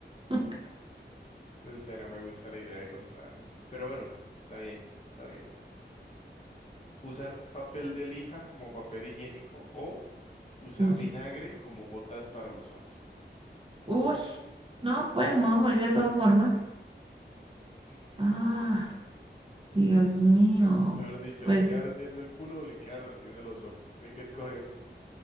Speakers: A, on the right; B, on the left.
A: <laughs>
B: O sea, no me gusta la idea de controlar gente. Pero bueno, está bien, está bien. Usar papel de lija como papel higiénico o usar
A: Uy,
B: vinagre como gotas para los ojos.
A: uy, no, pues me voy a morir de todas formas.
B: <laughs>
A: Ah. Dios mío,
B: Mejor dicho,
A: pues
B: le queda ardiendo el culo o le quedan ardiendo los ojos. hay que escoger.